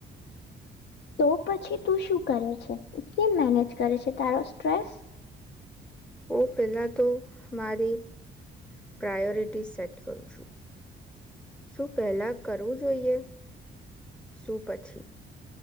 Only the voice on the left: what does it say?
તો પછી તું શું કરે છે કેમ મેનેજ કરે છે તારો સ્ટ્રેસ?